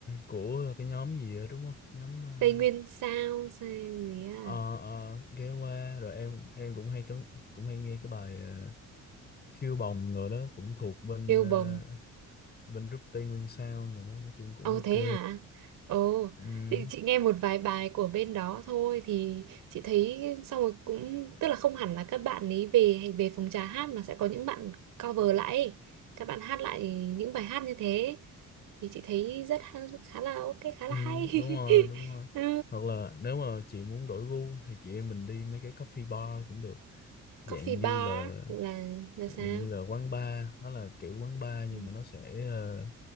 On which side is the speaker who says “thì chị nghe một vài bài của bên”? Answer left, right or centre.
Right